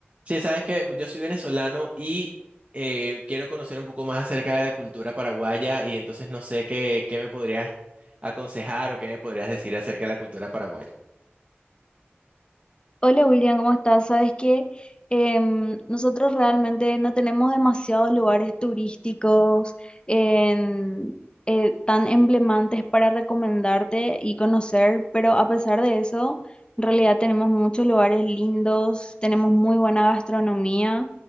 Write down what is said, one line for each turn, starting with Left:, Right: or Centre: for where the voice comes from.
Right: Sí, sabes que yo soy venezolano y eh, quiero conocer un poco más acerca de la cultura paraguaya y entonces no sé qué, qué me podrías aconsejar o qué me podrías decir acerca de la cultura paraguaya.
Left: Hola William, ¿cómo estás? Sabes que em, nosotros realmente no tenemos demasiados lugares turísticos en- eh, tan emblemantes para recomendarte y conocer, pero a pesar de eso, en realidad tenemos muchos lugares lindos, tenemos muy buena gastronomía.